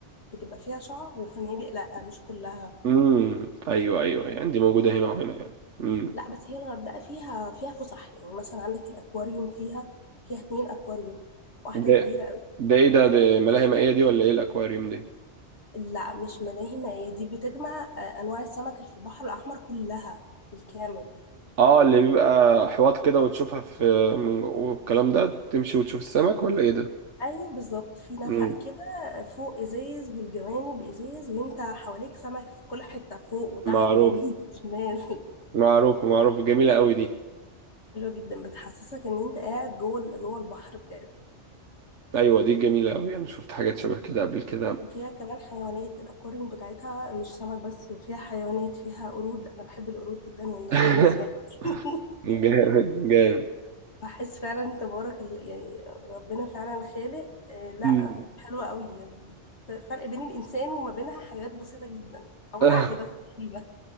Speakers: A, on the left; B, on the right.
A: بتبقى فيها شعب وفنادق لا مش كلها
B: امم ايوه ايوه يعني دي موجوده هنا وهنا يعني امم
A: لا بس هي الغردقه فيها فيها فسح يعني مثلا عندك الاكواريوم فيها فيها اتنين اكواريوم واحده
B: ده
A: كبيره قوي
B: ده ايه ده ده ملاهي مائيه دي ولا ايه الاكواريوم دي
A: لا مش ملاهي ما هي دي بتجمع آه، انواع السمك اللي في البحر الاحمر كلها بالكامل
B: اه اللي بيبقى حواض كده وتشوفها في من جوه والكلام ده تمشي وتشوف السمك ولا ايه ده
A: ايوه بالظبط في نفق
B: امم
A: كده فوق ازاز والجوانب ازاز وانت حواليك سمك في كل حته فوق وتحت
B: معروف
A: ويمين وشمال
B: معروف معروف جميله قوي دي
A: <laughs> حلوه جدا بتحسسك ان انت قاعد جوه ال- جوه البحر بجد
B: ايوه دي جميله قوي انا شفت حاجات شبه كده قبل كده
A: وفيها كمان حيوانات الاكواريوم بتاعتها مش سمك بس وفيها حيوانات فيها قرود انا بحب القرود جدا والنسانيس
B: <laughs>
A: يعني <laughs>
B: جامد جامد
A: بحس فعلا تبارك ال- يعني ربنا فعلا خالق آه، لا
B: مم.
A: حلوه قوي بت- ف- فرق بين الانسان وما بينها حاجات بسيطه جدا او
B: <laughs>
A: العقل بس تقريبا